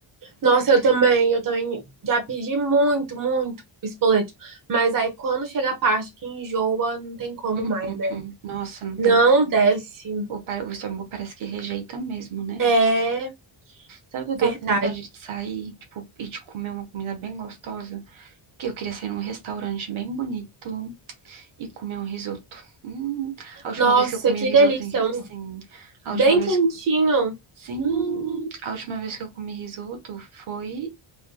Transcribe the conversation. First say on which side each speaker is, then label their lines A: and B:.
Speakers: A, on the right; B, on the right.
A: Nossa, eu também, eu também já pedi muito, muito espoleto. Mas aí quando chega a parte que enjoa, não tem como
B: Hum,
A: mais,
B: hum.
A: né?
B: hum. Nossa, não
A: Não
B: tem
A: desce.
B: O, pa- o estômago parece que rejeita mesmo, né?
A: É
B: Sabe que eu
A: verdade.
B: tava com vontade de sair, tipo, e de comer uma comida bem gostosa? Que eu queria sair num restaurante bem bonito e comer um risoto. Hum, a última
A: Nossa,
B: vez que eu comi
A: que
B: o risoto,
A: delícia.
B: em-
A: Um
B: sim, a última
A: bem
B: vez,
A: quentinho.
B: sim,
A: Hum,
B: a última vez que eu comi risoto foi,